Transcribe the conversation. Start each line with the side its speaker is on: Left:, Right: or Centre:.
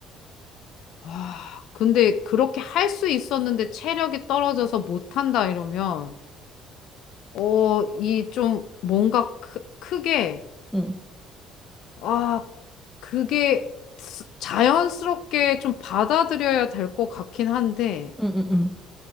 Left: 와, 근데 그렇게 할 수 있었는데 체력이 떨어져서 못한다 이러면, 어, 이 좀 뭔가 크, 크게,
Centre: 응.
Left: 아, 그게 스- 자연스럽게 좀 받아들여야 될 것 같긴 한데,
Centre: 응, 응, 응.